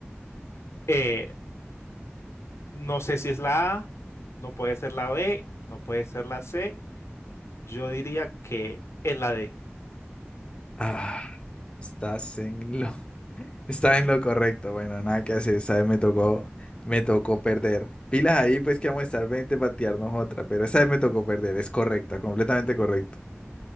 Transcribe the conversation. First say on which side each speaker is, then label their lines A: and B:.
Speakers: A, on the left; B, on the left.
A: Eh, no sé si es la A, no puede ser la B, no puede ser la C. Yo diría que es la D.
B: Ah, estás en lo Está en lo correcto, bueno, nada que hacer, esta vez me tocó, me tocó perder. Pilas ahí, pues que vamos a estar 20 patearnos otra, pero esa vez me tocó perder, es correcta, completamente correcto.